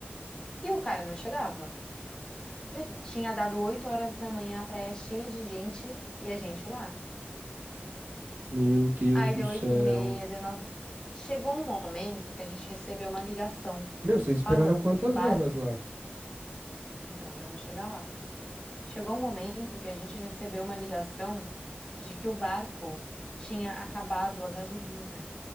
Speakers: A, on the left (about 20°); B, on the right (about 70°).
A: e o cara não chegava. Já tinha dado 8 horas da manhã, a praia cheia de gente e a gente lá.
B: Meu Deus
A: Aí
B: do
A: deu
B: céu.
A: 8 e meia, deu 9. Chegou um momento que a gente recebeu uma ligação
B: Meu, vocês esperaram
A: falando
B: quantas
A: que o bar.
B: horas lá?
A: Então, já vou chegar lá. Chegou um momento que a gente recebeu uma ligação de que o barco tinha acabado a gasolina